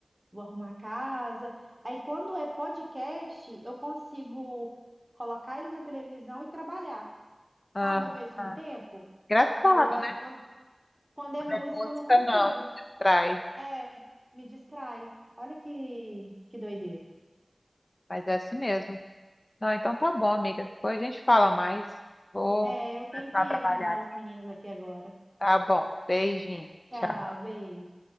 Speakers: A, on the right; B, on the left.
A: vou arrumar a casa. Aí quando é podcast, eu consigo colocar ele na televisão e trabalhar,
B: Ah,
A: sabe, ao mesmo
B: ah.
A: tempo.
B: Engraçado,
A: Agora,
B: né?
A: quando, quando é música,
B: É música
A: eu não consigo.
B: não, trai.
A: É, me distrai. Olha que, que doideira.
B: Mas é assim mesmo. Não, então tá bom, amiga. Depois a gente fala mais. Vou
A: É, eu tenho
B: começar
A: que
B: a trabalhar.
A: arrumar
B: aqui.
A: os meninos aqui agora.
B: Tá bom. Beijinho.
A: Tchau,
B: Tchau.
A: beijo.